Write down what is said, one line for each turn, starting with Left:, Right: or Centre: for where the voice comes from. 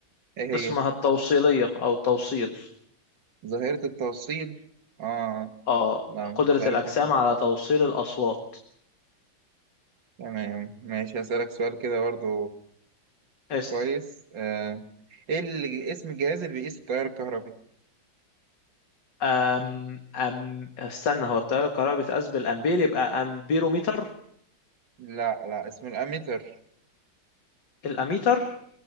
Right: ايه هي
Left: اسمها التوصيلية أو التوصيل
Right: ظاهره التوصيل اه
Left: آه
Right: لا
Left: قدرة
Right: مش عارفها
Left: الأجسام
Right: خالص
Left: على توصيل الأصوات
Right: تمام ماشي هسألك سؤال كده برضو
Left: اسأل
Right: كويس آه. ايه اللي اسم الجهاز اللي بيقيس التيار الكهربي
Left: أم أم استنى هو التيار الكهربائي بيتقاس بالأمبير يبقى أمبيروميتر
Right: لا لا اسمه الاميتر
Left: الأميتر